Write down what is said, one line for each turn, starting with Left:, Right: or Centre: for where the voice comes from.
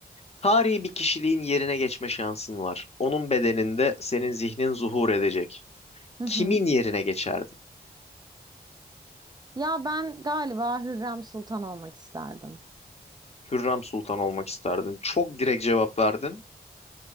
Left: Tarihi bir kişiliğin yerine geçme şansın var. Onun bedeninde senin zihnin zuhur edecek.
Right: <laughs> Hı
Left: Kimin
Right: hı.
Left: yerine geçerdin?
Right: Ya ben galiba Hürrem Sultan olmak isterdim.
Left: Hürrem Sultan olmak isterdin. Çok direkt cevap verdin.